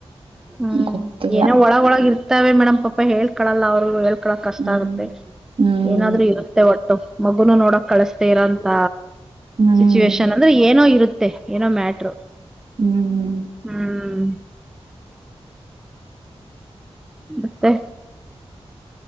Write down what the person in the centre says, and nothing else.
ಹ್ಮ್
ಏನೋ ಒಳಗ ಒಳಗ ಇರ್ತಾವೆ ಮೇಡಮ್ ಪಾಪ ಹೇಳ್ಕಳಲ್ಲ ಅವ ಹೇಳ್ಕೊಕ್ ಕಷ್ಟ
ಆಗುತ್ತೆ
ಏನಾದ್ರೂ ಇರುತ್ತೆ ಒಟ್ಟು ಮಗುನು ನೋಡಕ್ ಕಳಸ್ತ ಇರೋಂತ
ಸಿಚುವೇೇಶನ್ ಅಂದ್ರೆ ಏನೋ ಇರುತ್ತೆ ಮತ್ತೆ ಏನೋ ಮ್ಯಾಟರು
ಹ್ಮ್ ಮತ್ತೆ